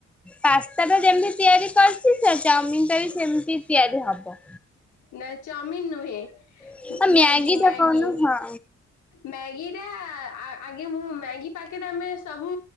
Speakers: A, in the centre; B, on the left (about 85°).
A: ପାସ୍ତା ଟା ଯେମିତି ତିଆରି କରିଛି, ସେ ଚାଉମିିନ୍ ଟା ବି ସେମତି ତିଆରି ହବ।
B: ନା ଚାମିନ୍ ନୁହେଁ
A: ଆଉ
B: ଉଁ, ମ୍ୟାଗି
A: ଟା
B: ମ୍ୟାଗି।
A: କହୁନ ହଁ।
B: ମ୍ୟାଗି ଟା ଆ-ଆଗେ ମୁଁ ମ୍ୟାଗି ପାକେଟ୍ ଆମେ ସବୁ